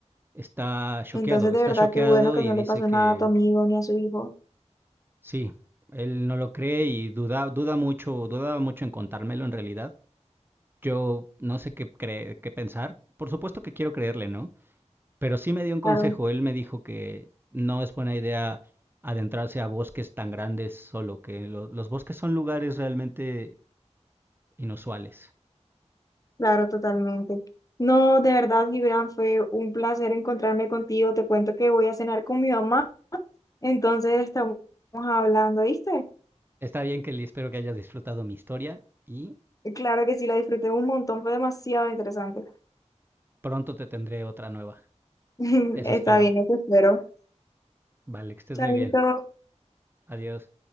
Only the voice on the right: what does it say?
está choqueado,
está
choqueado
y
dice
que
sí, él no lo cree y duda, duda mucho, dudaba mucho en contármelo en realidad. Yo no sé qué cre- qué pensar. Por supuesto que quiero creerle, ¿no? Pero sí me dio un consejo.
Él me dijo que no es buena idea adentrarse a bosques tan grandes solo, que lo- los bosques son lugares realmente inusuales.
Está bien, Kelly, espero que hayas disfrutado mi historia y
pronto te tendré otra nueva.
Eso
espero.
Vale, que estés
muy bien. Adiós.